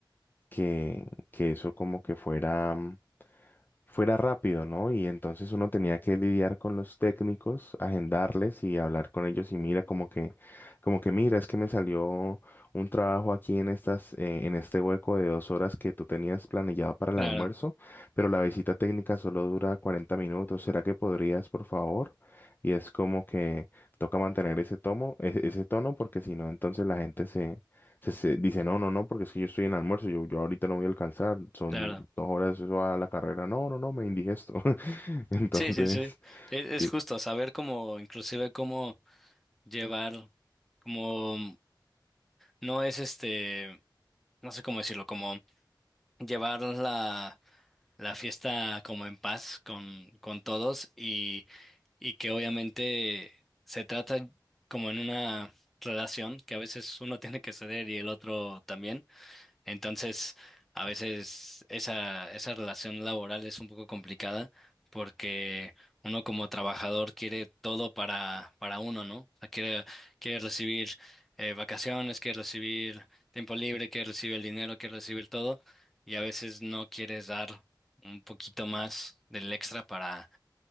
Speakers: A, on the left; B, in the centre.
A: que, que eso como que fuera fuera rápido, ¿no? Y entonces uno tenía que lidiar con los técnicos, agendarles y hablar con ellos y mira como que, como que mira, es que me salió un trabajo aquí en estas, eh, en este hueco de dos horas que tú tenías planillado para el
B: Claro,
A: almuerzo, pero la visita técnica solo dura 40 minutos. ¿Será que podrías, por favor? Y es como que toca mantener ese tomo, ese, ese tono, porque si no, entonces la gente se se, se dice, no, no, no, porque es que yo estoy en almuerzo, yo, yo ahorita no voy a alcanzar, son
B: claro.
A: dos horas eso a la carrera, no, no, no, me indigesto. <laughs> Entonces,
B: Sí, sí, sí. Es, es
A: yo-
B: justo saber cómo, inclusive cómo llevar, como no es este, no sé cómo decirlo, como llevar la, la fiesta como en paz con, con todos y, y que obviamente se trata como en una relación que a veces uno tiene que ceder y el otro también. Entonces, a veces esa, esa relación laboral es un poco complicada porque uno como trabajador quiere todo para, para uno, ¿no? O sea, quiere, quiere recibir eh, vacaciones, quiere recibir tiempo libre, quiere recibir el dinero, quiere recibir todo y a veces no quieres dar un poquito más del extra para,